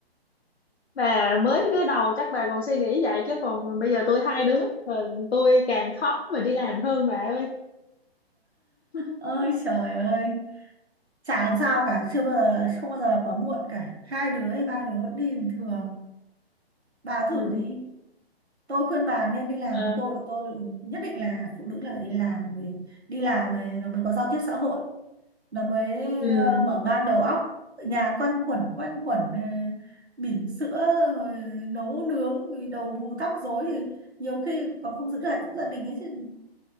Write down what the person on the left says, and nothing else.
bà mới đứa đầu chắc bà còn suy nghĩ vậy chứ còn bây giờ tôi hai đứa rồi tôi càng khó mà đi làm hơn bà ơi Ừm,
ừm,
ờ,
ừm.